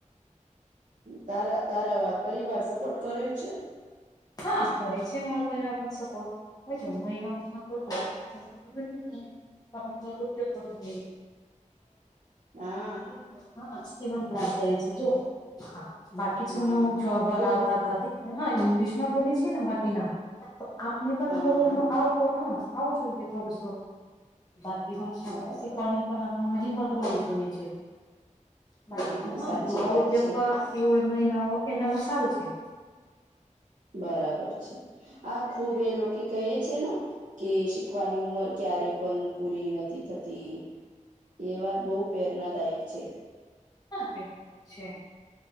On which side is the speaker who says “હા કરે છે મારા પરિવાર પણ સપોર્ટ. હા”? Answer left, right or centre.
Left